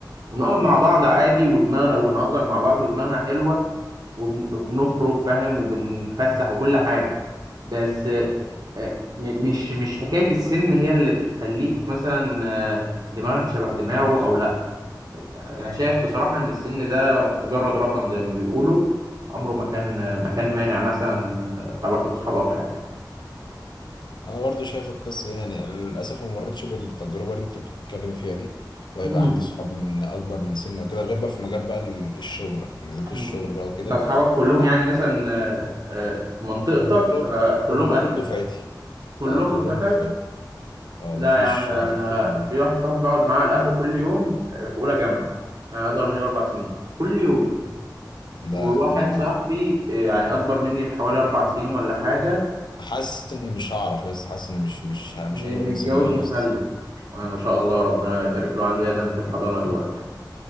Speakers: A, on the right; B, on the left.
A: وبنقعد مع بعض عادي ودماغنا وبنهزر مع بعض ودماغنا حلوه وبن- وبنخرج فاهم وبنتفسح وكل حاجه بس
B: مم.
A: آه، م- مش مش حكاية السن هي اللي بتخليك مثلا آه، دماغك شبه دماغه أو لأ أنا شايف بصراحة إن السن ده مجرد رقم زي ما بيقولوا عمره ما كان آه، ما كان مانع مثلا آه، علاقة صحاب أو حاجة
B: انا برضو شايف القصه دي، يعني للاسف ما مرتش بالتجربه اللي انت بتتكلم فيها دي ويبقى
A: مم.
B: عندي صحاب من اكبر من سني او كده غير بقى في مجال بقى ال- الشغل لما نزلت
A: مم.
B: الشغل بقى وكده
A: أنت أصحابك كلهم
B: بقى
A: يعني مثلا آه، آه، في منطقتك
B: كلهم
A: آه، كلهم
B: كلهم
A: قدك
B: دفعتي
A: كلهم
B: اه كلهم
A: رفقاتك
B: دفعتي اه
A: لا
B: ما فيش
A: يا عم آه،
B: واحد فيهم
A: في واحد صاحبي بقعد معاه على القهوة كل يوم آه، في أولى جامعة يعني أصغر مني بأربع سنين كل يوم وواحد
B: ده دي ما
A: صاحبي آه، يعني أكبر مني بحوالي أربع سنين ولا حاجة
B: حاسس ان مش هعرف يا اسطى حاسس ان مش مش ه- مش
A: م-
B: هنبقى منسجمين
A: متجوز ومخلف
B: يا اسطى
A: آه، ما شاء الله ربنا يبارك له عنده يزن في الحضانة دلوقتي